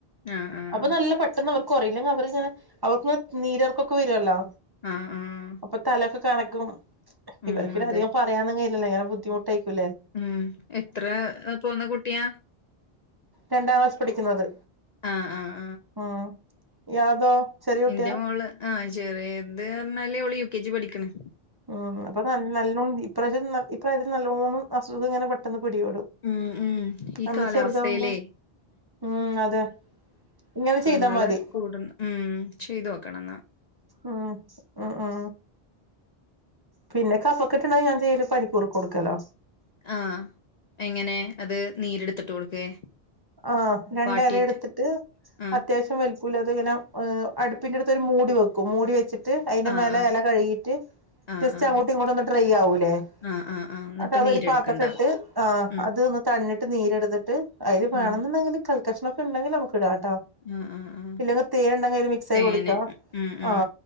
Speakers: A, on the left; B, on the right.
A: ആഹ് ആഹ്
B: അപ്പൊ നല്ല പ കൊറയില്ലെങ്കിൽ അവരെ ഞാൻ അവർക്ക് നീരർക്കൊക്കെ വരുമല്ലോ
A: ആഹ് ആഹ്
B: അപ്പൊ തലക്കെ കണക്കും
A: ഉം
B: ഇവർക്കിടെ
A: അതെ
B: അധികം പറയാനൊന്ന കയില്ലല്ലേ ഇങ്ങനെ ബുദ്ധിമുട്ടായിക്കൂല്ലേ
A: ഉം എത്ര പോന്ന കുട്ടിയാ
B: രണ്ടാം ക്ലാസ് പഠിക്കുന്നത്
A: ആഹ് ആഹ
B: ആം ഇയാൾതോ ചെറിയ കുട്ടിയാ
A: എന്റെ മോള് ആ ചെറിയ എത് പറഞ്ഞാല് അവള് യു കെ ജി പഠിക്കണ്
B: ഉ അപ്പൊ നല്ലഇപ്രാവശ്യം ഇപ്രാവശ്യം നല്ലോണ് അസുഖം ഇങ്ങനെ പെട്ടെന്ന് പിടി പെടും
A: ഉം ഉം ഈ
B: അന്ന്
A: കാലാവസ്ഥയിലേ
B: ചെറുതാവുമ്പോ ഉം അതെ ഇങ്ങനെ
A: അസുഖങ്ങൾ
B: ചെയ്താ മതി
A: കൂടും ഉ ചെയ്തു നോക്കണം ന്നാ
B: ഉം ഉം ആ പിന്നെ കഫക്കെട്ട് ണ്ടായാൽ ഞാൻ ചെയ്യല് പനിക്കൂർ കൊടുക്കലാ
A: ആ എങ്ങനെ അത് നീരെടുത്തിട്ട് കൊടുക്കേ
B: ആഹ രണ്ട്
A: വാട്ടിയിട്ട്
B: ഇല എടുത്തിട്ട്
A: ആഹ്
B: അത്യാവശ്യം വല <unintelligible> ഇങ്ങനെ് അടുപ്പിന്റെറ അടുത്ത് ഒരു മൂടി വെക്കും മൂടി വെച്ചിട്ട് അതിന്റെ
A: ആഹ്
B: മേലെ
A: ആഹ്
B: ഇല കഴുകിട്ട്
A: ആഹ്
B: ജസ്റ്റ്
A: ആഹ്
B: അങ്ങോട്ട്
A: വെച്ചിട്ട്
B: ഇങ്ങോട്ട ഒന്ന് try ആവൂല്ലേ
A: ah ah ah എന്നിട്ട്
B: at അതൊരു
A: നീരെടുക്കണ്ടാവും.
B: പാത്രത്തി ഇട്ട് ആ്
A: ഉം
B: അത്ൊന്ന് തണിട്ട് നീരെടുത്ത് ട്ട് അതി വേണംുണ്ടെങ്കിൽ
A: ഉം
B: കൽകഷ്ണംൊക്കെ ഉണ്ടെങ്കിൽ നമുക്ക് ഇടാട്ടോ
A: ആഹ ഉഹ ഉഹ
B: ഇല്ലെങ്കിൽ തേനുണ്ടെങ്കിൽ അതില് മിക്സായി
A: തനെ
B: കുടിക്കാം
A: ഉം ഉം
B: ആ